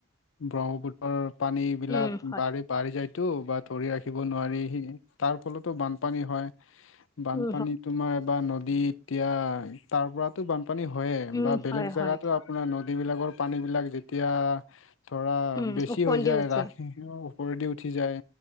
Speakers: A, on the left (about 75°); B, on the left (about 15°).
A: ব্ৰহ্মপুত্ৰৰ পানীবিলাক
B: উম হয়
A: বাঢ়িত। বাঢ়ি যায়তো বা ধৰি ৰাখি। ৰাখিব নোৱাৰি হি তাৰ ফলতো বানপানী হয়, বানপানী
B: উম হয়
A: তোমাৰ বা নদী এতিয়া তাৰ পৰাটো বানপানী হয়
B: উম
A: বা বেলেগ
B: হয়
A: জেগাত
B: হয়।
A: আপোনাৰ নদীবিলাকৰ পানীবিলাক যেতিয়া ধৰা
B: উম
A: বেছি
B: ওফন্দি
A: হৈ যায়,
B: উঠে
A: ৰাখি ওপৰেদি উঠি যায়